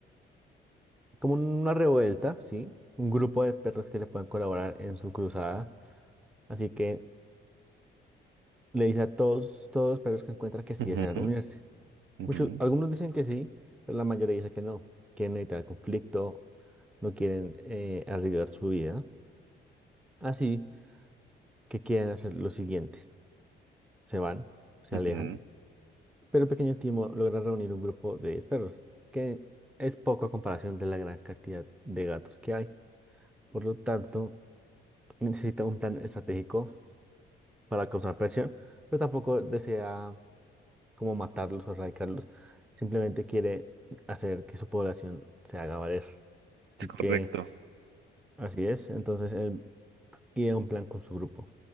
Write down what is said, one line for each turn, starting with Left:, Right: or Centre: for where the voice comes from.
Centre: como una revuelta, ¿sí? Un grupo de perros que le pueden colaborar en su cruzada. Así que le dice a todos, todos los perros que encuentra que sí
Right: Ujú,
Centre: desean unirse.
Right: ujú,
Centre: Muchos, algunos dicen que sí, pero la mayoría dice que no. Quieren evitar el conflicto, no quieren eh, arriesgar su vida. Así que quieren hacer lo siguiente. Se van, se
Right: ujú.
Centre: alejan, pero el pequeño Timo logra reunir un grupo de 10 perros, que es poco a comparación de la gran cantidad de gatos que hay. Por lo tanto, necesita un plan estratégico para causar presión, pero tampoco desea como matarlos o erradicarlos, simplemente quiere hacer que su población se haga valer. Así
Right: Es correcto.
Centre: que así es, entonces él idea un plan con su grupo.